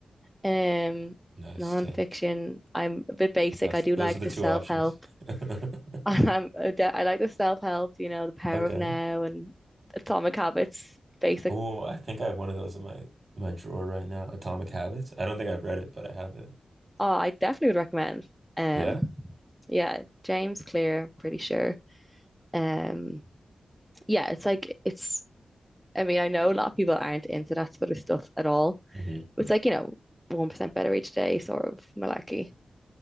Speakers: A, in the centre; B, on the right.
A: um,
B: Nice,
A: non-fiction.
B: Tim.
A: I'm a bit basic.
B: That's
A: I do
B: those
A: like
B: are the
A: the
B: two
A: self-help.
B: options. <laughs>
A: <laughs> I'm a de- I like the self-help. You know, The Power
B: Okay.
A: of Now and Atomic Habits. Basic.
B: Oh, I think I have one of those in my my drawer right now. Atomic Habits. I don't think I've read it, but I have it.
A: Oh, I definitely would recommend. Um,
B: Yeah?
A: yeah, James Clear. Pretty sure. Um, yeah, it's like it's. I mean, I know a lot of people aren't into that sort of stuff at all
B: hmm
A: It's like, you know, 1% better each day sort of malarkey.